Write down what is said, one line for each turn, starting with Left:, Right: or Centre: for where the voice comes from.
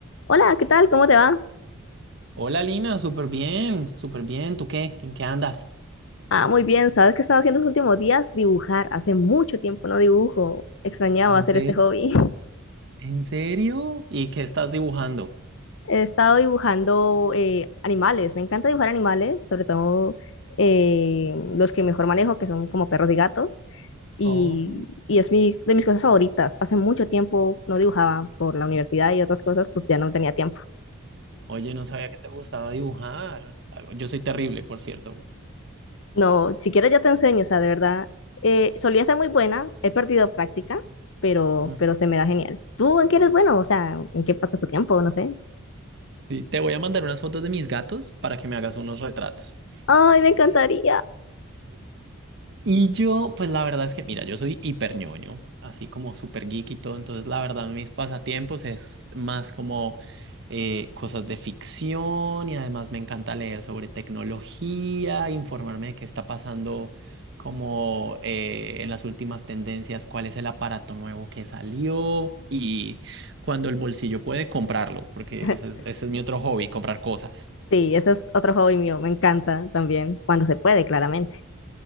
Left: Hola, ¿qué tal? ¿Cómo te va?
Right: Hola Lina, súper bien, súper bien. ¿Tú qué? ¿En qué andas?
Left: Ah, muy bien. ¿Sabes qué estaba haciendo los últimos días? Dibujar. Hace mucho tiempo no dibujo. Extrañaba
Right: ¿En
Left: hacer
Right: serio?
Left: este hobby. <laughs>
Right: ¿En serio? ¿Y qué estás dibujando?
Left: He estado dibujando eh, animales. Me encanta dibujar animales, sobre todo eh, los que mejor manejo, que son como perros y gatos. Y,
Right: Oh,
Left: y es mi, de mis cosas favoritas. Hace mucho tiempo no dibujaba por la universidad y otras cosas, pues ya no tenía tiempo.
Right: oye, no sabía que te gustaba dibujar. Ah, Yo soy terrible, por cierto.
Left: No, si quieres yo te enseño, o sea, de verdad, eh, solía ser muy buena, he perdido práctica, pero,
Right: Ujú.
Left: pero se me da genial. ¿Tú en qué eres bueno? O sea, ¿en qué pasas tu tiempo? No sé.
Right: Sí, te voy a mandar unas fotos de mis gatos para que me hagas unos retratos.
Left: Ay, me encantaría.
Right: Y yo, pues la verdad es que, mira, yo soy hiper ñoño, así como super geek y todo, entonces la verdad mis pasatiempos es más como eh, cosas de ficción y además me encanta leer sobre tecnología, informarme de qué está pasando como eh, en las últimas tendencias, cuál es el aparato nuevo que salió y cuando el bolsillo puede comprarlo, porque
Left: <laughs>
Right: ese es, ese es mi otro hobby, comprar cosas.
Left: Sí, ese es otro hobby mío, me encanta también, cuando se puede, claramente.